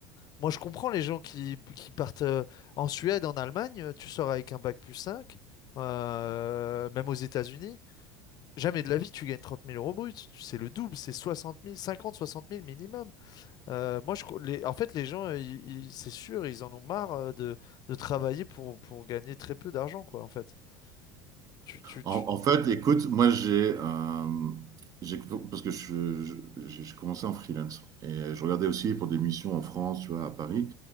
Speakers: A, on the left (about 45°); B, on the right (about 40°).
A: Moi, je comprends les gens qui, qui partent euh, en Suède, en Allemagne, euh, tu sors avec un bac plus 5, euh, même aux États-Unis. Jamais de la vie, tu gagnes 30 000 euros bruts. C'est le double, c'est 60 000, 50, 60 000 minimum. Euh, moi, je, co- les- en fait, les gens, euh, ils- ils- c'est sûr, ils en ont marre euh, de, de travailler pour, pour gagner très peu d'argent, quoi, en fait. Tu, tu,
B: En,
A: tu-
B: en fait, écoute, moi, j'ai, euh, j'ai- parce que je, je, j'ai j'ai commencé en freelance et je regardais aussi pour des missions en France, tu vois, à Paris.